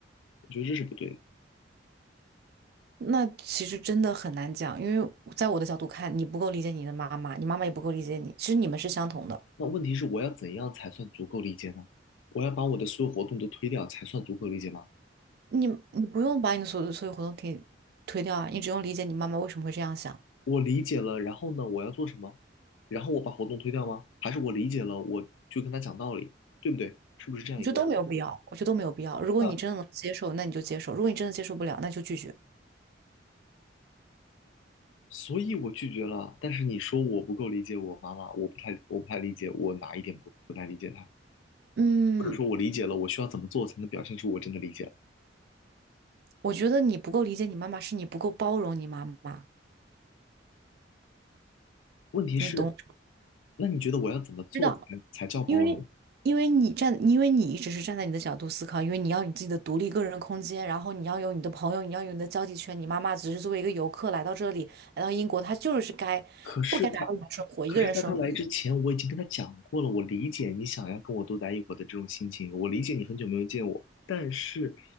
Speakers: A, on the left; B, on the right.
A: 我觉得这是不对的。
B: 那其实真的很难讲，因为在我的角度看，你不够理解你的妈妈，你妈妈也不够理解你，其实你们是相同的，
A: 那问题是，我要怎样才算足够理解呢？我要把我的所有活动都推掉才算足够理解吗？
B: 你你不用把你的所有所有活动可以推掉啊，你只用理解你妈妈为什么会这样想，
A: 我理解了，然后呢，我要做什么？然后我把活动推掉吗？还是我理解了，我就跟他讲道理，对不对？是不是这样一个问题？
B: 我觉得都没有必要，我觉得都没有必要。如果你真的能接受，
A: 嗯，
B: 那你就接受；如果你真的接受不了，那就拒绝。
A: 所以我拒绝了，但是你说我不够理解我妈妈，我不太我不太理解我哪一点不不太理解她，
B: 嗯，
A: 或者说我理解了，我需要怎么做才能表现出我真的理解了？
B: 我觉得你不够理解你妈妈，是你不够包容你妈妈，
A: 问题是，
B: 你懂？
A: 那你觉得我要怎么做才才叫包容？
B: 知道，因为因为你站，因为你一直是站在你的角度思考，因为你要有你自己的独立个人空间，然后你要有你的朋友，你要有你的交际圈。你妈妈只是作为一个游客来到这里，来到英国，她就是该不该打扰你的生活，
A: 可是他，可是在他来之前，
B: 一个人生活，
A: 我已经跟他讲过了。我理解你想要跟我多待一会儿的这种心情，我理解你很久没有见我，但是